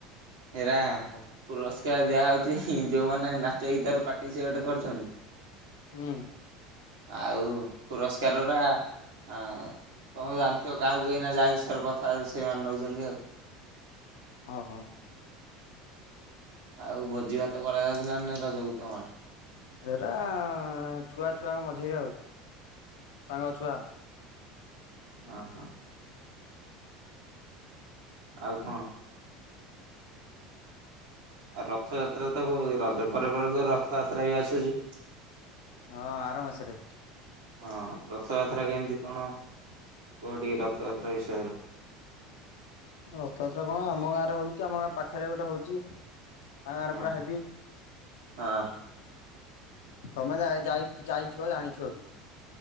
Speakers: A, on the right (about 70°); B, on the left (about 65°).
A: ଏରା
B: ଓହୋ।
A: ପୁରସ୍କାର ଦିଆ ହଉଛି ଯୋଉମାନେ ନାଚ, ଗୀତ ର ପାଟି ସେ ଗୋଟେ କରିଛନ୍ତି।
B: ହୁଁ।
A: ଆଉ ପୁରସ୍କାର ଟା ଆ ତମେ ଜାଣିଥିବ କାହାକୁ ଏଇନା ଯାହା ହିଷୟରେ କଥା ହଉଚି ସେମାନେ ନଉଛନ୍ତି ଆଉ।
B: ଓ ହୋ।
A: ଆଉ ଭୋଜି ଭାତ କରାଯାଉଛି ନା ନାଇଁ ରଜକୁ ତମଆଡ଼େ?
B: ଏଇଟା ଛୁଆ ଛୁଆଙ୍କ ମଝିରେ ଆଉ ସାଙ୍ଗ ଛୁଆ।
A: ଓ ହୋ। ଆଉ କଣ? ଆଉ ରଥଯାତ୍ରା ତ ରଜ ପରେ ପରେ ତ ରଥଯାତ୍ରା ବି ଆସୁଛି।
B: ହଁ, ଆର ମାସରେ।
A: ହଁ ରଥଯାତ୍ରା କେମିତି କଣ? କୁହ ଟିକେ ରଥଯାତ୍ରା ବିଷୟରେ।
B: ରଥଯାତ୍ରା କଣ, ଆମ ଗାଁରେ ହଉଛି, ଆମ ଗାଁ ପାଖରେ ଗୋଟେ ହଉଛି, ପାୱାର
A: ହଁ।
B: ପୁରା ହେବି।
A: ହଁ।
B: ତମେ ଯାଇ ଯାଇଥିବ ଜାଣିଥିବ ବି।